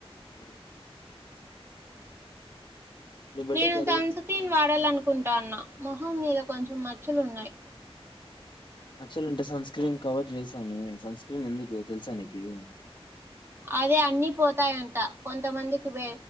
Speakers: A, on the left; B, on the right.
A: అ బర్త్డేకి
B: నేను
A: అడిగిన
B: సన్ స్క్రీన్ వాడాల అను కుంటాన్నా మొహం మీద కొంచెం మచ్చలున్నాయి
A: మచ్చలు అంటే సన్ స్క్రీన్ కవర్ చేస్తన్నాయా సన్ స్క్రీన్ ఎందుకు తెలుసా నికి
B: అదే అన్ని పోతాయంట కొంతమందికి వే